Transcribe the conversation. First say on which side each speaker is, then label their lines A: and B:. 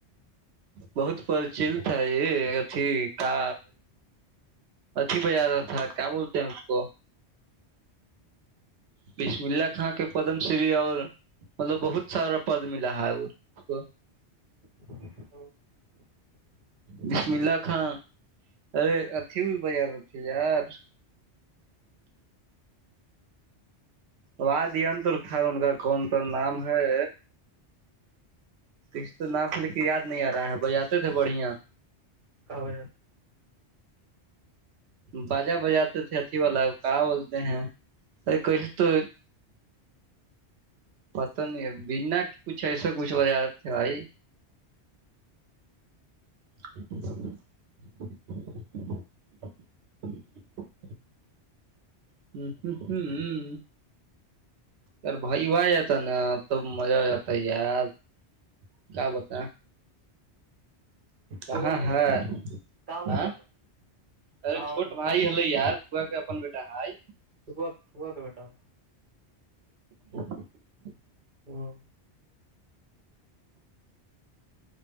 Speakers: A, on the right; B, on the right.
A: بہت پرچل تھاائےھی کا اتھی بہ آ رہا تھا کیا بولتے ہیں اس کو بیسم اللہ خاں کے پدم شری اور مطلب بہت سارا پد ملا ہے وہ اس کو
B: <unintelligible>
A: بسملا خاں ارے اھی بھی بازار تھی یار واد تر تھا ان کا کون سا نام ہے کسی تو ناف لے کے یاد نہیں آ رہا ہے بجاتے تھے بڑھیا
B: کا ہو
A: بجا بجاتے تھے اھی والا کہاں بولتے ہیں ا کش تو پت نہیں ہے بنا کچھ ایسے کچھ وت تھے بھائی <unintelligible> <unintelligible> ار بھائی ب جاتتا نا توب مزہ ہو جاتا یار کیا بت کہاں
B: کون بھائی
A: ہے
B: کا لگال
A: ا ارے
B: کا
A: چھوٹ
B: من
A: بھائی
B: کون
A: ہلے یار پ کے اپ بیٹا ہائی
B: صب صبح کا ب بیٹا
A: <unintelligible>
B: ہوں